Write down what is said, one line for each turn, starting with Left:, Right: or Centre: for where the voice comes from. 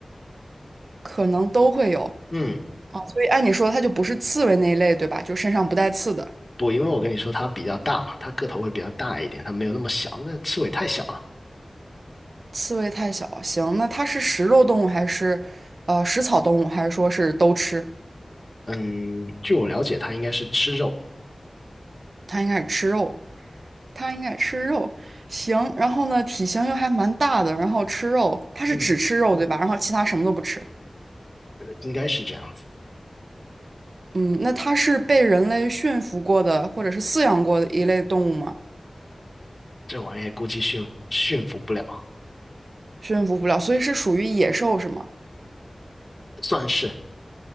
Right: 可能都会有
Left: 嗯，
Right: 啊，所以按你说它就不是刺猬那一类，对吧？就身上不带刺的。
Left: 不，因为我跟你说它比较大嘛，它个头会比较大一点，它没有那么小，那刺猬太小了。
Right: 刺猬太小，行，那它是食肉动物还是呃食草动物，还是说是都吃？
Left: 嗯，据我了解，它应该是吃肉，
Right: 它应该是吃肉，它应该吃肉。行，然后呢，体型又还蛮大的，然后吃肉，它是只吃肉，
Left: 嗯，
Right: 对吧？然后其他什么都不吃。
Left: 应该是这样子。
Right: 嗯，那它是被人类驯服过的，或者是饲养过的一类动物吗？
Left: 这玩意估计驯驯服不了，
Right: 驯服不了，所以是属于野兽是吗？
Left: 算是，